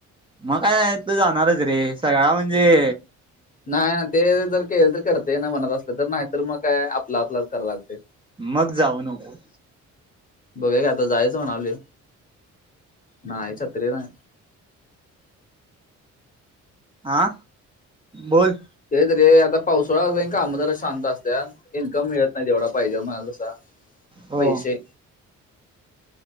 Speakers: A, on the right; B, on the left.
A: मग काय तू जाणारच रे सगळा म्हणजे,
B: नाही ना ते जर केलं तर करतय ना मनात असलं तर नाहीतर मग काय आपला आपला करां लागतय
A: मग जाऊ नको.
B: बघुऊया कि आता जायच म्हणालोय नाही छत्री नाही.
A: आा बोल
B: तेच रे आता पावसाळाय काम जरा सुस शांत असत इन्कम मिळत नाही तेवढा पाहिजे म्हणाल तसा
A: हो
B: पैसे